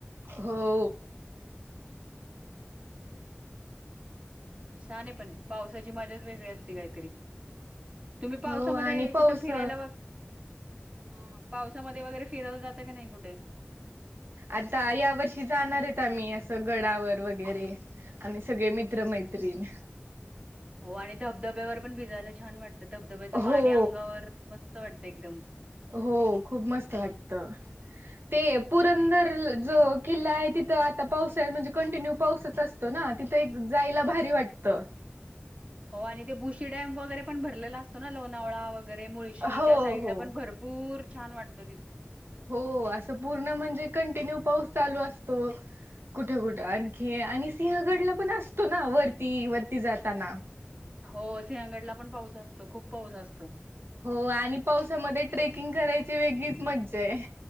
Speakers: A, on the right; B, on the right.
A: हो.
B: छान! आहे पण पावसाची मज्जाच वेग ळी असते काहीतरी, तुम्ही पावसामध्ये
A: हो आणि पाऊस
B: कुठ फिरायला? हा पावसामध्ये वगैरे फिरायला जाता का नाही कुठे?
A: आता या वर्षी जाणार आहेत आम्ही गडावर वगैरे, आम्ही सगळे मित्रमैत्रिण.
B: हो, आणि धबधब्यावर पण भिजायला छान! वाटतं. तर धबधब्याचं
A: हो
B: पाणी अंगावर मस्त मस्त वाटतं एकदम.
A: हो खूप मस्त वाटत ते पुरंदर जो किल्ला आहे, तिथं आता पाऊस हाय म्हणजे, कंटिन्यू पाऊसचं असतो ना तिथं एक जायला भारी वाटतं.
B: हो, आणि ते बुशी डॅम वगैरे पण भरलेला असतो ना लोणावळा वगैरे मुळशी
A: हो
B: त्या साईडला
A: हो
B: पण भरपूर छान! वाटत.
A: हो, असं पूर्ण म्हणजे कंटिन्यूव पाऊस चालू अस तो कुठे कुठं आणखी आणि सिंहगडला पण असतो ना, वरती वरती जाताना.
B: हो, सिंहगडला पण पाऊस असतो, खूप पाऊस असतो.
A: हो आणि पावसामध्ये. ट्रेकिंग करायची वेगळीच मज्जा आहे.